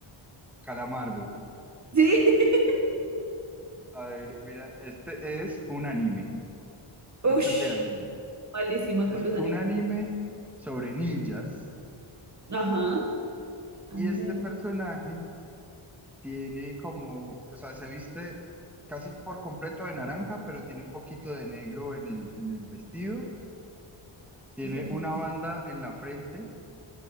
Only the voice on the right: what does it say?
¿Sí? <laughs>
Ush,
malísima
con los
animes.
Ajá. Anime.
de-